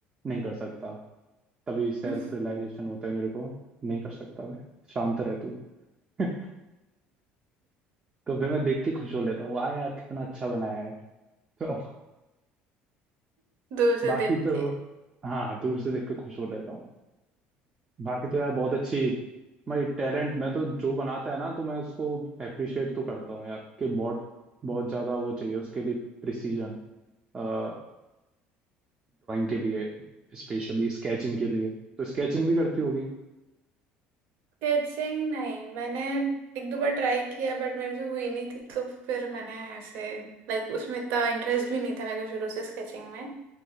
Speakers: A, on the right; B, on the right.
A: नहीं कर सकता तभी सेल्फ
B: <laughs>
A: रियलाइजेशन होता है मेरे को नहीं कर सकता मैं शांत रह तू <laughs> तो फिर मैं देख के खुश हो लेता हूँ वाह यार कितना अच्छा बनाया है <laughs> तो
B: दूर से
A: बाकी
B: देख
A: तो
B: के
A: हाँ दूर से देख के खुश हो लेता हूँ बाकी तो यार बहुत अच्छी मैं टैलेंट मैं तो जो बनाता है ना तो मैं उसको अप्रिशिएट तो करता हूँ यार कि बहुत बहुत ज्यादा वो चाहिए उसके लिए प्रिसीजन ड्राइंग के लिए स्पेशली स्केचिंग के लिए तो स्केचिंग भी करती होगी
B: स्केचिंग नहीं मैंने एक दो बार ट्राई किया बट मेरे से हुई नहीं थी तो फिर मैंने ऐसे लाइक उसमें इतना इंटरेस्ट भी नहीं था मेरे को शुरू से स्केचिंग में